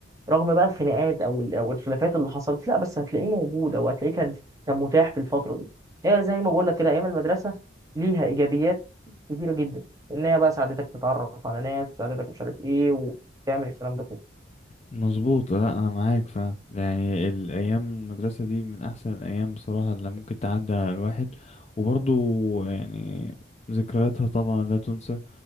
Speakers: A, on the right (about 15°); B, on the left (about 35°).
A: رغم بقى الخناقات او ال- او الخلافات اللي حصلت لا بس هتلاقيه موجود او هتلاقيه كان كان متاح في الفتره دي هي زي ما بقول لك كده ايام المدرسه ليها ايجابيات كتيره جدا ان هي بقى ساعدتك تتعرف على ناس ساعدتك مش عارف ايه وتعمل الكلام ده كله
B: مظبوط لا انا معاك فاهم يعني الايام المدرسه دي من احسن الايام بصراحه اللي ممكن تعدي على الواحد وبرضو يعني ذكرياتها طبعا لا تنسى